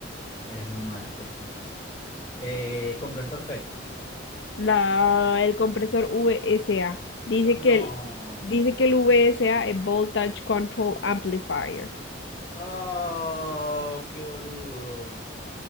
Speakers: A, on the left; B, on the left.
A: eres muy mala, Stacy. Eh, compresor FET.
B: La, el compresor VSA. Dice
A: Oh, no.
B: que el, dice que el VSA es Voltage Control Amplifier.
A: Oh, qué boludo.